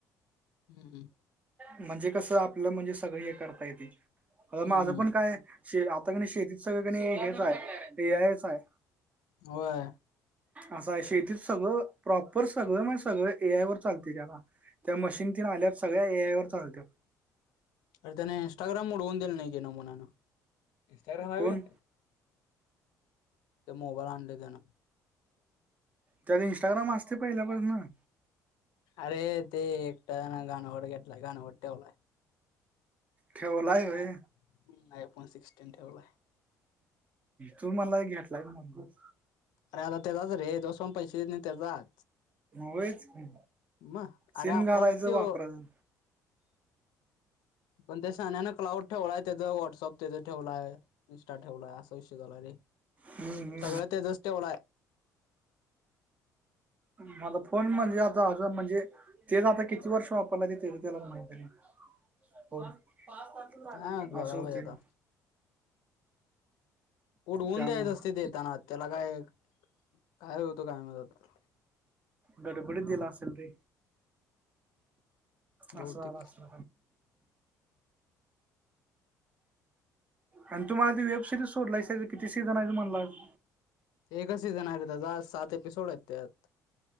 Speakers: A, on the left (about 75°); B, on the right (about 20°).
A: हू हू
B: म्हणजे कसं आपलं म्हणजे सगळ हे करता येते
A: हम्म
B: माझं पण काय आता कणी शेतीत सगळं कणी हेच हाय ए आयच हाय
A: होय
B: असं हाय शेतीत सगळं प्रॉपर सगळं म्हणजे सगळं ए आय वर चालतय त्याला त्या मशीन तेन आल्यात सगळ्या ए आय वर चालल्यात
A: अर त्यान इनस्टाग्राम उडवून दिलं नाही की नमुन्यानं इंस्टाग्राम हाय
B: कोण
A: व्हय त्या मोबाईल आणले त्यान
B: त्यात इंस्टाग्राम असते पहिल्यापासून
A: अरे ते एकट्यानं घाणवट घेतलाय घाणवट ठेवलाय
B: ठेवलाय व्हय
A: हम्म, आयफोन सिक्स्टीन ठेवलाय
B: तू मला घेतलायस म्हंटलास
A: अरे आता त्याचाच रे जोस पर्यंत पैसे येत नाहीत त्याचा
B: होयच की
A: म अरे
B: सिम
A: आपलाच
B: घालायचं
A: त्यो
B: वापरायचं
A: पण त्या श्यान्यान क्लाउड ठेवलाय त्याच व्हॉट्सअप त्याच ठेवलाय ठेवलाय असा विषय झालाय रे
B: हम्म
A: सगळ त्याजच ठेवलाय
B: म आता फोन म्हणजे आता अजून म्हणजे तेच आता किती वर्ष वापरलाय ते त्याज त्यालाच माहीती पाच पासून झाला
A: काय माहित, बघायला
B: असं होतंय
A: पाहिजे आता उडवून
B: त्यामुळं
A: द्यायच असतय ते देताना त्याला काय काय होतं काय माहित आता
B: गडबडीत दिला असल रे
A: बहुतेक
B: असं झालं असल आणि तू मला ते वेब सिरीज शोधलायस त्याच किती सीजन हाइत म्हणलास
A: एकच सीझन हाय रे त्याचा सात एपिसोड हाइत त्यात